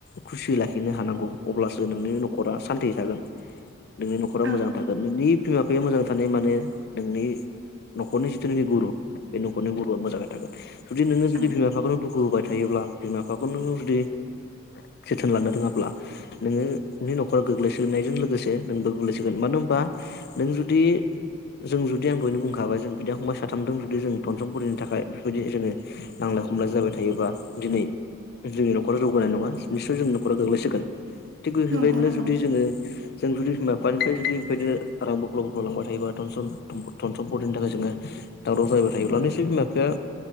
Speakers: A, on the left; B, on the right.
A: खुसि लाखिनो हानांगौ अब्लासो नोंनि न'खरा सान्थियै थागोन नोंनि न'खरा
B: ओं
A: मोजां थागोन नोंनि बिमा बिफाया मोजां थानाय माने नोंनि न'खरनि जिथुनाखि गुरु, बे न'खरनि गुरुआ मोजाङै थागोन । जुदि नोङो जुदि
B: औ
A: बिमा बिफाखौनो दुखु होबाय थायोब्ला बिमा बिफाखौ नोङो जुदि जोथोन लानो रोङाब्ला नोङो नोंनि न'खरा गोग्लैसोनायजों लोगोसे नोंबो गोग्लैसोगोन मानो होन होनबा नों जुदि जों जुदि आं दहयनो बुंखाबाय जों बिदा फंबाय साथामजों जुदि जों नसमपुरिनि थाखाय बेफोरबायदि जोङो नांलाय खम जाबाय थायोबा दिनै जोंनि न'खराव जौगानाय नङा, निस्सय जों न'खराव गोग्लैसोगोन । थिग बेफोरबायदिनो
B: नंगौ नंगौ
A: जुदि जोङो जों जुदि बिमा बिफानिफ्राय जुदि बेबायदिनो रां बोख्लाव बोख'लांबाय थायोबा सन टनसन बरिनि थाखाय जोङो, दावराव जाबबाय थायोब्ला नस बिमा बिफाया